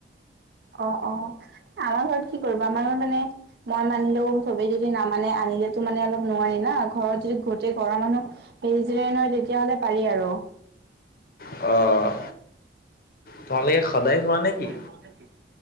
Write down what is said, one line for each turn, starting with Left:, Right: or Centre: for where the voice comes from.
Right: অ', অ', আমাৰ ঘৰত কি কৰিব, আমাৰ ঘৰত মানে মই মানিলেও, চবেই যদি নামানে, আনিলেতো মানে অলপ নোৱাৰি ন, ঘৰত যদি গোটেই ঘৰৰ মানুহ ভেজিতেৰিয়ান হয়, তেতিয়াহলে পাৰি আৰু।
Left: অঁ। তোমালোকে সদায় খোৱা নে
Right: সদায়
Left: কি?
Right: কৰা নেকি